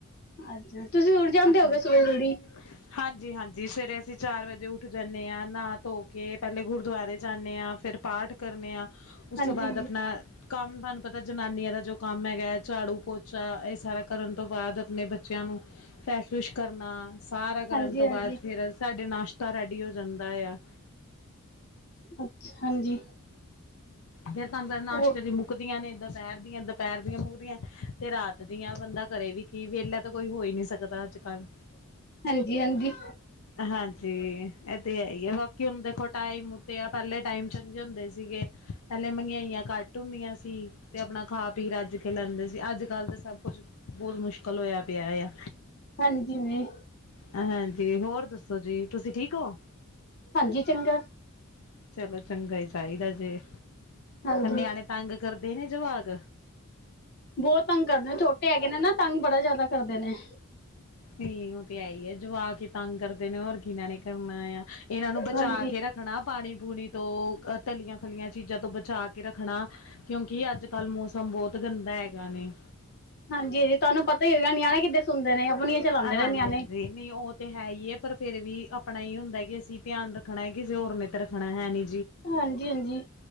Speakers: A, on the left; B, on the left.
A: ਅੱਛਾ। ਤੁਸੀਂ ਉਠ ਜਾਂਦੇ
B: ਹਾਂਜੀ-ਹਾਂਜੀ-ਹਾਂਜੀ।
A: ਹੋਗੇ ਸੁਬੇ ਜਲਦੀ
B: ਜੀ ਸਵੇਰੇ ਅਸੀਂ ਚਾਰ ਵਜੇ ਉੱਠ ਜਾਂਦੇ ਹਾਂ ਨਾਹ ਧੋ ਕੇ ਪਹਿਲੇ ਗੁਰਦੁਆਰੇ। ਜਾਂਨੇ ਹਾਂ ਫਿਰ ਪਾਠ ਕਰਨੇ ਹਾਂ, ਉਸ
A: ਹਾਂਜੀ
B: ਤੋਂ ਬਾਅਦ ਆਪਣਾ। ਕੰਮ ਤੁਹਾਨੂੰ ਪਤਾ ਜਨਾਨੀਆਂ ਦਾ ਜੋ ਕੰਮ ਹੈਗਾ ਝਾੜੂ ਪੋਚਾ ਇਹ ਸਾਰਾ ਕਰਨ ਤੋਂ ਬਾਅਦ ਆਪਣੇ ਬੱਚਿਆਂ ਨੂੰ। ਫਰੈਸ਼ ਫਸ਼ ਕਰਨਾ। ਸਾਰਾ ਕਰਨ
A: ਹਾਂਜੀ
B: ਤੋਂ
A: ਹਾਂਜੀ ਹਾਂਜੀ
B: ਬਾਅਦ ਫਿਰ ਸਾਡੇ ਨਾਸ਼ਤਾ ਰੈਡੀ ਹੋ ਜਾਂਦਾ ਆ।
A: ਅੱਛਾ ਹਾਂਜੀ।
B: ਫਿਰ ਤੁਹਾਨੂੰ ਪਤਾ ਨਾਸ਼ਤੇ
A: ਉਹ
B: ਦੀਆਂ ਮੁੱਕਦੀਆਂ ਨੇ ਦੁਪਹਿਰ ਦੀਆਂ। ਦੁਪਹਿਰ ਦੀਆਂ ਮੁੱਕਦੀਆਂ ਤੇ ਰਾਤ ਦੀਆਂ ਬੰਦਾ ਕਰੇ ਵੀ ਕੀ ਵਿਹਲਾ ਤਾਂ ਕੋਈ ਹੋਈ ਨਹੀਂ ਸਕਦਾ। ਸਕਦਾ ਅੱਜ ਕੱਲ।
A: ਹਾਂਜੀ ਹਾਂਜੀ
B: ਹਾਂਜੀ ਇਹ ਤੇ ਹੈ ਹੀ ਆ ਬਾਕੀ ਹੁਣ ਦੇਖੋ? ਟਾਈਮ ਉੱਤੇ ਆ ਪਹਿਲੇ ਟਾਈਮ ਚੰਗੇ ਹੁੰਦੇ ਸੀਗੇ ਪਹਿਲੇ ਮਗਾਈਆਂ ਘੱਟ ਹੁੰਦੀਆਂ ਸੀ। ਤੇ? ਆਪਣਾ ਖਾ ਪੀ ਰੱਜ ਕੇ ਲੈਂਦੇ ਸੀ। ਅੱਜ ਕੱਲ ਤਾਂ ਸਭ ਕੁੱਛ ਬਹੁਤ ਮੁਸ਼ਕਿਲ ਹੋਇਆ ਪਿਆ ਆ?
A: ਹਾਂਜੀ ਨਹੀਂ
B: ਹਾਂਜੀ ਹੋਰ ਦੱਸੋ ਜੀ ਤੁਸੀਂ ਠੀਕ ਹੋ?
A: ਹਾਂਜੀ ਚੰਗਾ।
B: ਚਲੋ ਚੰਗਾ ਚਾਹੀਦਾ ਜੇ।
A: ਹਾਂਜੀ
B: ਨਿਆਣੇ ਤੰਗ ਕਰਦੇ ਨੇ ਜਵਾਕ।
A: ਬਹੁਤ ਤੰਗ ਕਰਦੇ ਨੇ ਛੋਟੇ ਹੈਗੇ ਨੇ ਨਾ ਤੰਗ ਬੜਾ ਜਿਆਦਾ ਕਰਦੇ ਨੇ?
B: ਨਹੀਂ ਉਹ ਤੇ ਹੈ ਹੀ ਐ ਜਵਾਕ ਹੀ ਤੰਗ ਕਰਦੇ ਨੇ ਹੋਰ ਕੀ ਇਹਨਾਂ ਨੇ ਕਰਨਾ ਆ ਇਹਨਾਂ ਨੂੰ ਬਚਾ
A: ਹਾਂਜੀ
B: ਕੇ। ਬਣਾ ਪਾਣੀ- ਬੂਣੀ ਤੋਂ ਤਲੀਆਂ ਫਲੀਆਂ ਚੀਜ਼ਾਂ ਤੋਂ ਬਚਾ ਕੇ ਰੱਖਣਾ ਕਿਉ ਕਿ ਅੱਜ-ਕੱਲ ਮੌਸਮ ਬਹੁਤ ਗੰਦਾ ਹੈਗਾ ਨੇ
A: ਹਾਂਜੀ ਹਾਂਜੀ ਤੁਹਾਨੂੰ ਪਤਾ ਹੀ ਹੋਏਗਾ ਨਿਆਣੇ ਕਿੱਦਾਂ ਸੁਣਦੇ ਨੇ ਆਪਣੀਆਂ ਚਲਾਉਂਦੇ ਨੇ
B: ਹਾਂਜੀ-ਹਾਂਜੀ
A: ਨਿਆਣੇ
B: ਨਹੀ ਉਹ ਤੇ ਹੈ, ਹੀ ਪਰ ਫੇਰ ਵੀ ਆਪਣਾ ਹੀ ਹੁੰਦਾ ਕਿ ਅਸੀ ਧਿਆਨ ਰਖਣਾ ਹੈ। ਕਿਸੇ ਹੋਰ ਨੇ ਤੇ ਰੱਖਣਾ ਹੈ। ਨੀ
A: ਹਾਂਜੀ- ਹਾਂਜੀ-